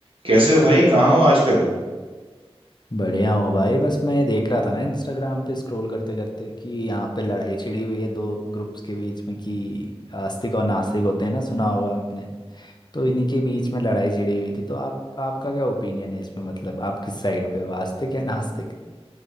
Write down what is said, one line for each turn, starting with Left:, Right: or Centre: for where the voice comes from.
Right: कैसे हो भाई कहाँ हो आजकल
Left: बढ़िया हूँ भाई बस मैं ये देख रहा था ना इंस्टाग्राम पे स्क्रॉल करते करते कि यहाँ पे लड़ाई छिड़ी हुई है दो ग्रुप्स के बीच में कि आस्तिक और नास्तिक होते हैं ना सुना होगा आपने तो इन्हीं के बीच में लड़ाई छिड़ी हुई थी तो आप आपका क्या ओपिनियन है इसमें मतलब आप किस साइड पे हो आस्तिक या नास्तिक